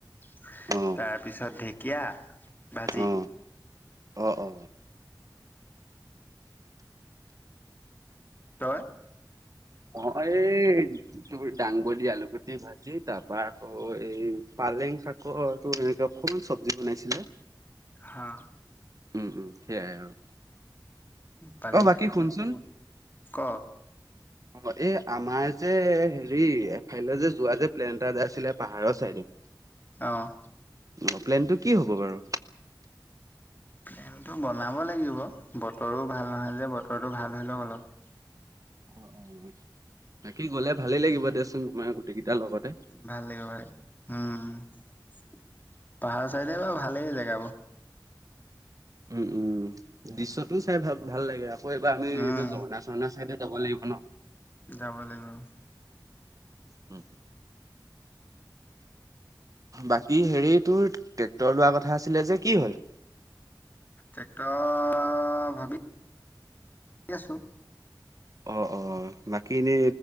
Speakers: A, on the left (about 25°); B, on the right (about 45°).
A: তাৰপিছত
B: অ
A: ঢেকীয়া ভাজি।
B: অ অ অ।
A: তই?
B: অ এই যি দাংবদি আলুগুটি ভাজি, তাৰ পা আকৌ এই পালেং শাকৰটো এনেকে অকমান চব্জি বনাইছিলে।
A: হা।
B: উম, উম, সেইয়াই আৰু।
A: পালেং
B: অ, বাকী
A: শাক
B: শুনচোন
A: নকব, ক
B: অ এই আমাৰ যে হেৰি এফালে যে যোৱা যে প্লেন এটা এ যে আছিলে পাহাৰৰ চাইডে,
A: অহ
B: অ, প্লেনটো কি হ'ব বাৰু?
A: ফেনটো বনাব লাগিব। বতৰো ভাল নহয় যে বতৰটো ভাল হৈ লওক অলপ
B: অ অ, বাকী গলে ভালেই লাগিব দেচোন তোমাৰ, গোটেইকেইটাৰ লগতে
A: ভাল লাগিব ভাল লাগিব, উম, পাহাৰ চাইডে বাৰু ভালেই জেগাবোৰ।
B: উম উম দৃশ্যটোও চাই ভাল ভাল লাগে আ প এইবাৰ আমি
A: উম
B: এই যে ঝৰ্ণা-ৰ্চৰ্ণা চাইডে যাব লাগিব ন?
A: যাব লাগিব।
B: উম বাকী হেৰিত তোৰ ট্ৰেক্টৰ লোৱা কথা আছিলে যে কি হ'ল?
A: টেক্টৰ‌, ভাবি আছো।
B: অ', অ', বাকী এনে